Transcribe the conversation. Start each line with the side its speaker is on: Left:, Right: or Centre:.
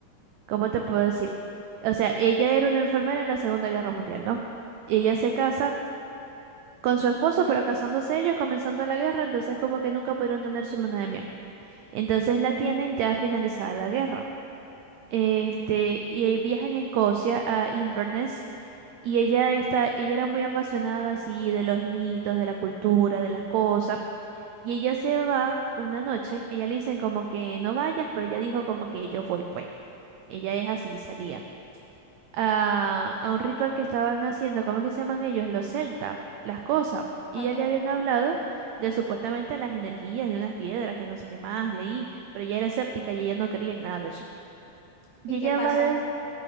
Right: ¿cómo te puedo decir? O sea, ella era una enfermera en la Segunda Guerra Mundial, ¿no? Y ella se casa con su esposo, pero casándose ellos, comenzando la guerra, entonces como que nunca pudieron tener su luna de miel. Entonces la
Left: Mm,
Right: tienen ya finalizada la guerra. Este, y ahí viaja en Escocia a Inverness Y ella está, ella era muy apasionada así de los mitos, de la cultura, de las cosas. Y ella se va una noche, ella le dicen como que no vayas, pero ella dijo como que yo voy, pues. Ella es así, salía. A, a un ritual que estaban haciendo, ¿cómo es que se llaman ellos? Los celtas, las cosas. Y
Left: Ok,
Right: ya le habían hablado de supuestamente las energías de unas piedras, que no sé qué más, de ahí. Pero ella era escéptica y ella no creía en nada de eso. Y
Left: ¿y
Right: ella
Left: qué pasó?
Right: va des-